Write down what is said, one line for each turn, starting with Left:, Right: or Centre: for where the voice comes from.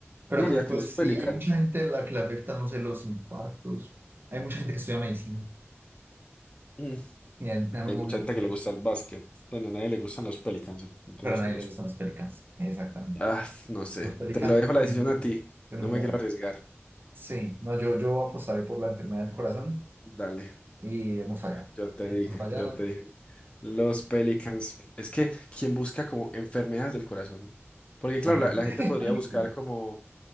Right: Pero,
Left: Yo diría
Right: pero
Left: que
Right: pues
Left: los pelicans.
Right: sí, hay mucha gente a la que le afecta, no sé, los infartos. Hay mucha gente que estudia medicina
Left: Mm.
Right: y en algún
Left: Hay
Right: momento,
Left: mucha gente que le gusta el básquet. Bueno, a nadie le gustan los pelicans. ¿no? Mentiras
Right: pero a nadie
Left: que no
Right: le
Left: sé.
Right: gustan los Pelicans, exactamente.
Left: Ah, no sé.
Right: Los Pelicans,
Left: Te lo dejo la decisión
Right: el,
Left: a ti.
Right: el
Left: No
Right: jugador.
Left: me quiero arriesgar.
Right: Sí, no, yo, yo apostaré por la enfermedad del corazón.
Left: Dale.
Right: Y hemos fallado.
Left: Yo te
Right: Hemos
Left: dije,
Right: fallado.
Left: yo te dije. Los Pelicans. Es que quien busca como enfermedades del corazón. Porque claro,
Right: Alguien,
Left: la, la
Right: <laughs>
Left: gente podría
Right: alguien
Left: buscar
Right: que le-
Left: como